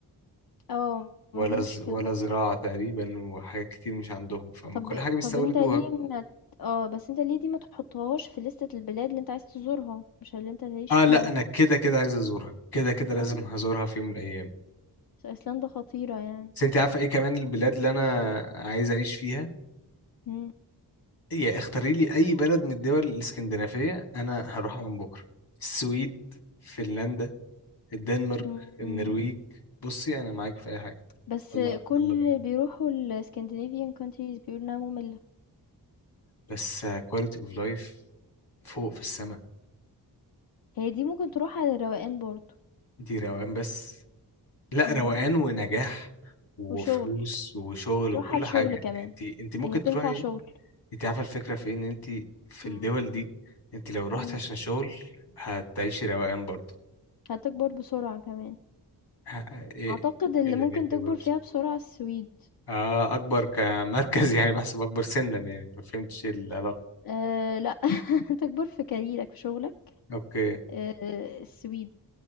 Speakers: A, on the left (about 60°); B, on the left (about 75°).
A: آه،
B: ولا
A: ما دي مشكلة.
B: ز... ولا زراعة تقريبا وحاجات كتير مش عندهم فما
A: طب
B: كل حاجة بيستوردوها
A: طب أنت ليه ما ت آه، بس أنت ليه دي ما تحطّهاش في لِستة البلاد اللي أنت عايز تزورها، مش اللي أنت تعيش
B: اه
A: فيها.
B: لا انا كده كده عايز ازورها كده كده لازم
A: آه،
B: هزورها في يوم من الايام
A: أصل أيسلندا خطيرة يعني.
B: بس انت عارفة ايه كمان البلاد اللي انا عايز اعيش فيها
A: إمم،
B: يا اختاري لي اي بلد من الدول الاسكندنافيه انا هروحها من بكره السويد فنلندا الدنمارك
A: إمم،
B: النرويج بصي انا معاك في اي حاجه
A: بس
B: يلا
A: كل
B: يلا
A: اللي
B: بينا
A: بيروحوا الscandinavian countries بيقولوا إنها مُمِلّة.
B: بس كواليتي اوف لايف فوق في السماء
A: هي دي ممكن تروح على الروقان برضه.
B: دي روقان بس لا
A: إمم،
B: روقان ونجاح وفلوس
A: وشغل،
B: وشغل
A: تروح
B: وكل
A: على الشغل
B: حاجه
A: كمان،
B: انت انت ممكن
A: هي تنفع
B: تروحي
A: شغل.
B: انت عارفه الفكره في إيه؟ ان انت في
A: إمم،
B: الدول دي انت لو رحت
A: إمم،
B: عشان شغل هتعيشي روقان برضه
A: هتكبر بسرعة كمان.
B: ه- ايه
A: أعتقد
B: ايه
A: اللي
B: إيه ده
A: ممكن
B: ليه تكبر
A: تكبر فيها بسرعة السويد
B: اه اكبر كمركز <laughs> يعني بحسب اكبر سنا يعني ما فهمتش ايه العلاقه
A: أه لأ <laughs> تكبر في كاريرك في شغلك
B: اوكي
A: أه السويد